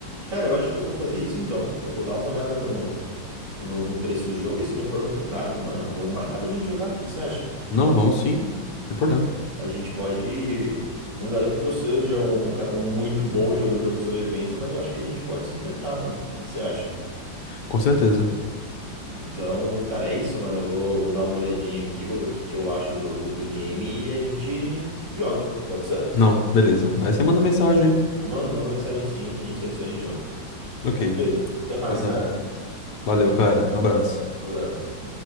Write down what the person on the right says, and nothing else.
Cara, eu acho que eu vou fazer isso então. Eu vou dar uma olhada no, no, no preço do jogo e se não for muito caro, mano, vamos marcar da gente jogar. O que que você acha?
A gente pode. Não garanto que eu seja um, um ca- um muito bom jogando jogo de sobrevivência, mas eu acho que a gente pode sim tentar, mano. O que que você acha?
Então, cara, é isso, mano. Eu vou, vou dar uma olhadinha aqui, vou ver o que, que eu acho do, do, do game e a gente joga. Pode ser?
Manda, manda mensagem sim, a gente se adiciona e joga.
Bom, Pedro, até mais,
cara.
Um abraço.